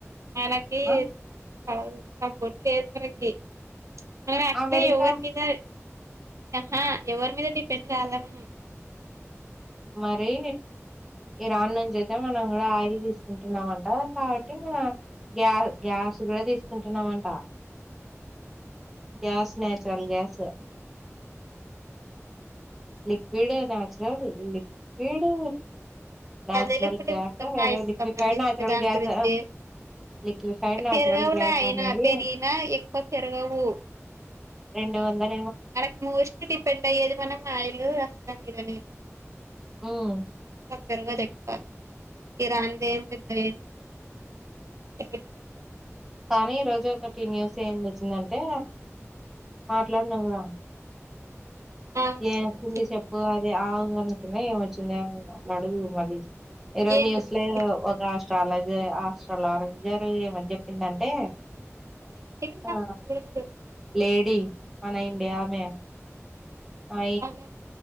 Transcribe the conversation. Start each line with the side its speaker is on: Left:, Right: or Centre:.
Right: మనకి
Centre: ఆ
Right: <unintelligible> సపోర్ట్ లేదు మనకి మనం ఆక్చువల్
Centre: అమెరికా
Right: యువత మీద ఆహా ఎవరి మీద డిపెండ్ కాలే మనం
Centre: మరీ ఇరాన్ నుంచి అయితే మనం కూడా ఆయిల్ తీసుకుంటున్నామంట కాబట్టి మన గ్యాస్ గ్యాస్ కూడా తీసుకుంటున్నామంట gas natural gas liquid natural liquid నచరల్
Right: అదే లేకుంటే
Centre: గ్యాస్
Right: మొత్తం ఆయిల్స్
Centre: లిక్విడ్
Right: సంబంధించిన
Centre: నచరల్
Right: దాని
Centre: గ్యాస్
Right: గురించి
Centre: క్విఫైడ్ నాచురల్
Right: పెరగవులే
Centre: గ్యాస్
Right: అయినా
Centre: అది
Right: పెరిగినా ఎక్కువ పెరగవు
Centre: రెండు వందలు
Right: మనకు మోస్ట్లీ డిపెండ్ అయ్యేది మనం ఆయిలు వస్తం మీదని
Centre: ఉమ్
Right: పర్వాత ఎక్కువ ఇ రాదం పెద్ద <inaudible> బ
Centre: కానీ ఈ రోజు ఒకటి న్యూస్ ఏంది వచ్చిందంటే మాట్లాడు నువ్వే <inaudible>
Right: ఆ
Centre: ఏం
Right: ఏమొచ్చింది
Centre: వచ్చింది చెప్పు అది ఆవు అనుంటన్నా ఏమొచ్చింది అట్లాడుదు మళ్ళీ <inaudible> ఇరవై
Right: ఏమొచ్చింది
Centre: న్యూస్లే ఒక ఆస్ట్రాలజర్ ఆస్ట్రాలజర్ ఏమని చెప్పిందంటే
Right: ఇట్లా
Centre: ఆ
Right: అంటివింటం తలేదు <inaudible>
Centre: లేడీ మన ఇండియా అమే ఆ
Right: రాలే